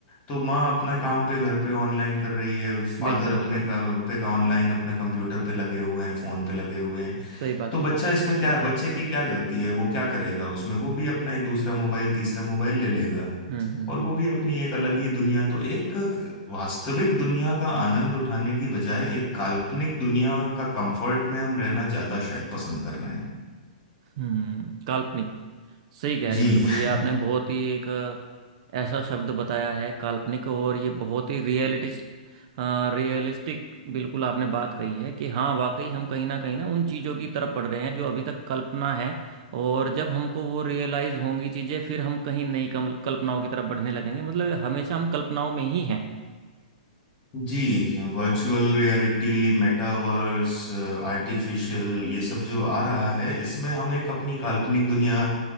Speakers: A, on the left; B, on the right.
A: तो माँ अपना काम पे घर पे ऑनलाइन कर रही है फादर
B: बिल्कुल
A: अपने
B: बिल्कुल
A: काम पे का ऑनलाइन अपने कंप्यूटर पे लगे हुए हैं फोन पे लगे हुए हैं
B: सही बात
A: तो बच्चा
B: है
A: इसमें क्या बच्चे की क्या गलती है वो क्या करेगा उसमें वो भी अपना एक दूसरा मोबाइल तीसरा मोबाइल ले लेगा
B: हम्म हम्म
A: और वो भी अपनी एक अलग ही दुनिया तो एक वास्तविक दुनिया का आनंद उठाने की बजाय एक काल्पनिक दुनिया का कंफर्ट में हम रहना ज्यादा शायद पसंद कर रहे हैं
B: हम्म काल्पनिक सही कह
A: जी
B: रहे हैं, बिल्कुल
A: <laughs>
B: ये आपने बहुत ही एक अ, ऐसा शब्द बताया है काल्पनिक और ये बहुत ही रियलिटिस्ट रियलिस्टिक बिल्कुल आपने बात कही है कि हाँ वाकई हम कहीं ना कहीं ना उन चीज़ों की तरफ बढ़ रहे हैं जो अभी तक कल्पना है और जब हमको वो रियलाइज होंगी चीज़ें फिर हम कहीं नई कम- कल्पनाओं की तरफ बढ़ने लगेंगे मतलब हमेशा हम कल्पनाओं में ही हैं
A: जी वर्चुअल रियलिटी मेटावर्स आर्टिफिशियल ये सब जो आ रहा है इसमें हम एक अपनी काल्पनिक दुनिया